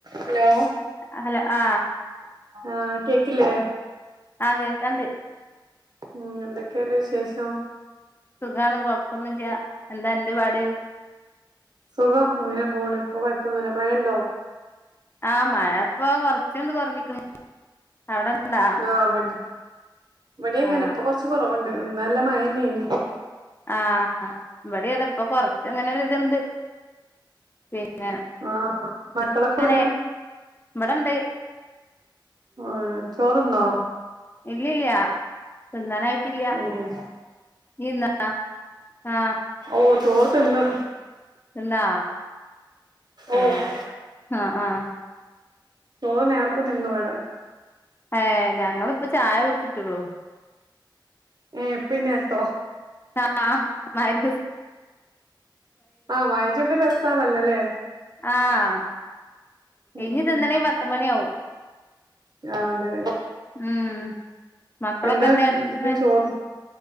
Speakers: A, on the right (about 55°); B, on the left (about 30°).
A: Hello
B: hello ആ
A: ആഹ് കേക്കില്ലേ?
B: ആഹ് കെക്ക്ണ്ട്
A: ഉം എന്തൊക്കെണ്ട് വിശേഷം?
B: സുഖാണ് കൊഴപ്പൊന്നുല്ല എന്താ അന്റെപാട്
A: സുഖം അങ്ങനെ പോണ് ഇപ്പൊ കോഴപ്പൊന്നുല്ല മഴ ഇണ്ടോ?
B: ആഹ് മഴ ഇപ്പൊ കൊർച്ചണ്ട് കോർഞ്ക്ണ് അവിടെണ്ടാ?
A: ആഹ് ഇവടിം വടിം അങ്ങനെ
B: ആ
A: ഇപ്പൊ കൊർച്ച് കോറവ്ണ്ട് ഇന്ന് നല്ല മഴന്നെനി
B: ആഹ് ഇവടെ അതപ്പൊ കൊർച്ച് ഇങ്ങനെ ഒരു ഇത്ണ്ട് <unintelligible>
A: ആഹ് മക്കളൊക്കെ
B: ഇവടെ
A: എവിടെ
B: ഇണ്ട്
A: ആഹ് ചോറ്ന്നോ?
B: ഇല്ല്യാ ഇല്ല്യാ തിന്നാന് ആയി ട്ടില്ല്യാ
A: ഏഹ്
B: ഇയ്യ്ന്നാ ആഹ്
A: ഓ ചോറ് തിന്ന്
B: ത്ന്നാ
A: ഓഹ്
B: ഏഹ് ആഹ് ആഹ്
A: ചോറ് നേരത്തെ തിന്നും ഇവടെ
B: ഏഹ് ഞങ്ങള്പ്പം ചായ കുടിച്ചിട്ടോള്ളൂ
A: ഏഹ് ഇപ്പ ഈ നേരത്തോ?
B: ആഹ് മഹ് രിബ്
A: ആഹ് വായിച്ചപ്പം രസാണല്ലോ ല്ലേ
B: ആഹ്
A: ഉം
B: ഇഞ് തിന്നണെങ്കി
A: ഉം
B: പത്ത് മണി ആവും
A: ആഹ് അതെ
B: ഉം മക്കളൊക്കെ
A: എന്താ ഇതി
B: കാട്ട്ണ്?
A: ചോറ്